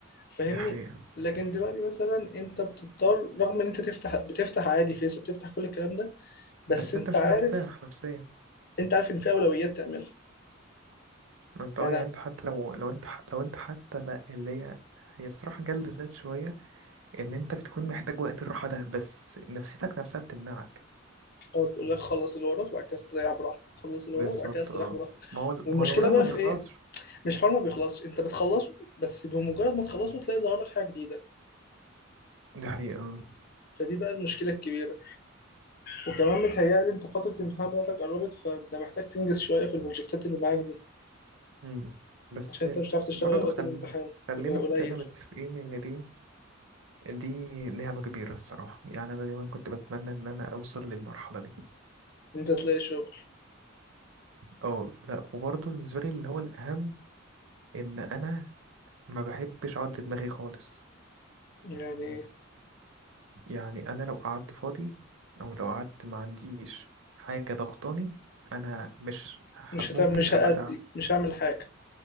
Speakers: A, on the left; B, on the right.
A: فاهمني
B: دي حقيقة
A: لكن دلوقتي مثلا انت بتضطر رغم ان انت تفتح بتفتح عادي فيس وبتفتح كل الكلام ده بس
B: بس
A: انت
B: انت مش
A: عارف
B: مرتاح نفسيا
A: انت عارف ان في اولويات تعملها
B: ما انت
A: يعني
B: اه يعني انت حتى لو لو انت ح- لو انت حتى لا اللي هي هي الصراحة جلد ذات شوية ان انت بتكون محتاج وقت الراحة ده بس نفسيتك نفسها بتمنعك
A: هو تقول لك خلص اللي وراك وبعد كده استريح براحتك خلص اللي
B: بالظبط
A: وراك وبعد كده استريح
B: اه
A: براحتك
B: ما هو
A: والمشكله
B: ما هو الوراء
A: بقى
B: ما بيخلصش
A: في ايه مش حوار ما بيخلصش انت بتخلصه بس بمجرد ما تخلصه تلاقي ظهر لك حاجه جديده
B: دي حقيقة
A: فدي بقى المشكله الكبيره وكمان متهيألي انت فتره الامتحان بتاعتك قربت فانت محتاج تنجز شويه في البروجكتات اللي معاك دي
B: مم. بس
A: عشان انت مش هتعرف تشتغل
B: برضه
A: اوقات
B: خل...
A: الامتحان
B: خلينا
A: غير قليل
B: كلنا متفقين إن دي دي نعمة كبيرة الصراحة يعني أنا دايما كنت بتمنى إن أنا أوصل للمرحلة دي
A: إن انت تلاقي شغل
B: اه لأ وبرضه بالنسبة لي اللي هو الأهم إن أنا ما بحبش أقعد لدماغي خالص
A: يعني
B: يعني أنا لو قعدت فاضي أو لو قعدت ما عنديش حاجة ضغطاني أنا مش حب
A: مش هتعمل
B: ممكن
A: مش
B: أبقى
A: هأدي
B: تع...
A: مش هعمل حاجة